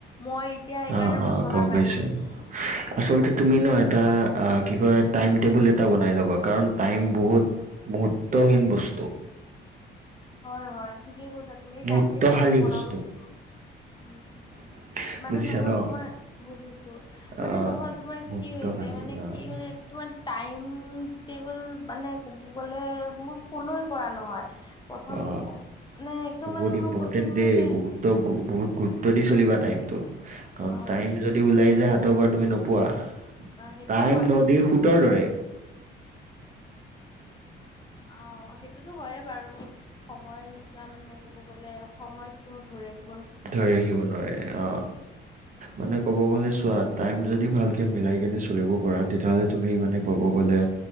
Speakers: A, on the left (about 20°); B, on the right (about 40°).
A: মই এতিয়া সেইকাৰণে
B: অ অ
A: মছলা
B: গম পাইছো,
A: পাই গৈছো
B: আচলতে তুমি ন' এটা অ, কি কয় টাইম টেবুল এটা বনাই ল'বা কাৰণ টাইম বহুত মুহূৰ্তহীন বস্তু।
A: হয় হয় ঠিকে কৈছা তুমি।
B: মুহূৰ্তশালী
A: টাইম টেবুল এখন বনাব
B: বস্তু
A: লাগিব, উম।
B: <unintelligible>
A: মানে নহয়
B: ন?
A: তোমাৰ, বুজিছো,
B: অ'
A: মানে নহয় তোমাৰ
B: মুহূৰ্তশালী
A: কি হৈছে মানে
B: অ',
A: কি মানে তোমাৰ টাইম টেবুল মানে ক'ব গলে মোৰ ফ'লই কৰা নহয়। প্ৰথম
B: অ,
A: মানে একদম
B: বহুত
A: মানে মই
B: ইম্পৰ্টেণ্ট
A: কৈছো নহয়
B: দেই
A: মানে
B: বহুত্ত বহুত গুৰু ত্ব দি চলিবা টাইমটো কাৰণ
A: অ
B: টাইম যদি ওলাই যায় হাতৰ পৰা তুমি নোপোৱা।
A: সেইটোয়ে
B: টাইম নদীৰ সোঁতৰ দৰে।
A: আও সেইটোতো হয়ে বাৰু সময় সময়ৰ নিচিনা মানে ক'ব গলে সময়ক কোনো ধৰি ৰাখি
B: ধৰি ৰাখিব নোৱাৰে অ মানে ক'ব গ'লে চোৱা টাইম যদি ভালকৈ মিলাই কিনে চলিব পৰা তেতিয়াহ'লে তুমি মানে ক'ব গ'লে